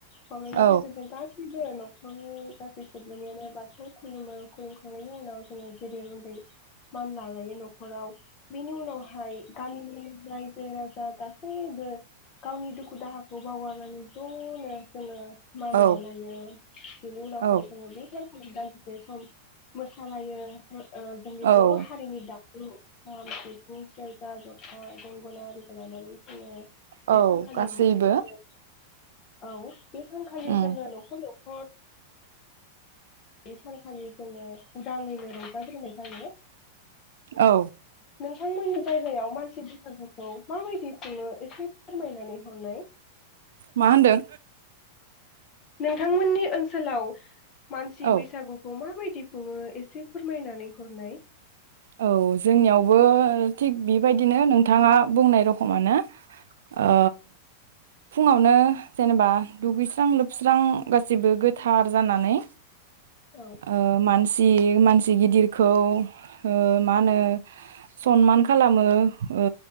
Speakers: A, on the left (about 30°); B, on the right (about 60°).
A: बावनायनि
B: औ
A: गेजेरजों गास <inaudible> खर'नि गासै सोद्रोमायानो बाथौ खुलुमो खुलुमखांनायनि उनाव जोङो जेरै गेदेर उन्दै मान लालायो न'खराव बिनि उनावहाय गामिनि रायजो राजा गासैबो गावनि दुखु दाहाखौ बावगारनानै ज'नो जोङो मान
B: औ
A: लालायो बिनि उनावहाय
B: औ
A: जोंङो बै दादिसे सम मोसालायो ओ जोंनि
B: औ
A: बर' हारिनि दाम जु खाम सिफुं सेरजा जथा गंगोना आरिखौ लानानै जोंङो बे
B: औ
A: सानखालि
B: गासैबो
A: रंजायो औ बे सानखालि
B: उम
A: जोङो न'खर न बे सानखालि जोङो उदांङैनो रंजाग्रोनाय जायो
B: औ
A: नोंथांमोननि जायगायाव मानसि बैसागुखौ माबायदि खुङो एसे फोरमायनानै हरनाय
B: मा होनदों
A: नोंथांमोननि ओनसोलाव मानसि
B: औ
A: बैसागुखौ माबायदि खुंङो एसे फोरमायनानै हरनाय
B: औ जोंनियावबो थिग बेबायदिनो नोंथाङा बुंनाय रखमानो ओ फुङावनो जेनेबा दुगैस्रां लोबस्रां गाैबो गोथार जानानै
A: औ
B: ओ मानसि मानसि गिदिरखौ ओ मा होनो सनमान खालामो ओ